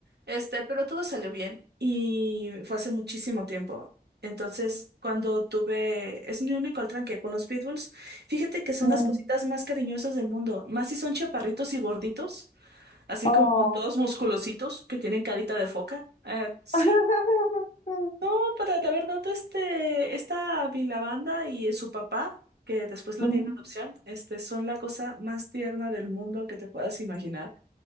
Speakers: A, on the right; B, on the left.
A: Este, pero todo salió bien y fue hace muchísimo tiempo. Entonces, cuando tuve... Es mi único tranque con los pitbulls. Fíjate que son
B: ujú.
A: las cositas más cariñosas del mundo, más si son chaparritos y gorditos, así
B: Oh.
A: como todos musculositos que tienen carita de foca. Eh, sí.
B: <laughs>
A: No, para la verdad, este, esta Vilabanda y su papá, que después lo
B: Ujú.
A: tiene adopción, este, son la cosa más tierna del mundo que te puedas imaginar.